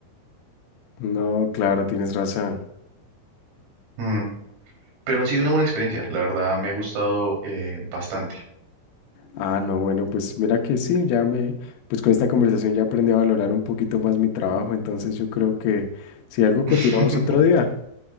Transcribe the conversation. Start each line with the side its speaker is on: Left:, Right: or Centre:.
Left: No, claro, tienes razón.
Right: Mm, Pero ha sido una buena experiencia, la verdad me ha gustado eh, bastante.
Left: Ah, no, bueno, pues mira que sí, ya me. Pues con esta conversación ya aprendí a valorar un poquito más mi trabajo, entonces yo creo que si algo continuamos
Right: <laughs>
Left: otro día.